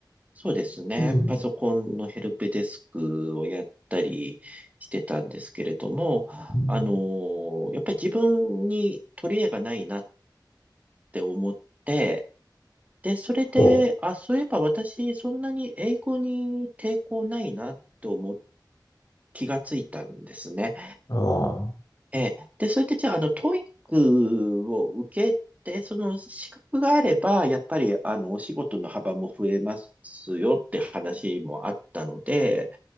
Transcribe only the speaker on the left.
うん。
うん
ほ
う。あ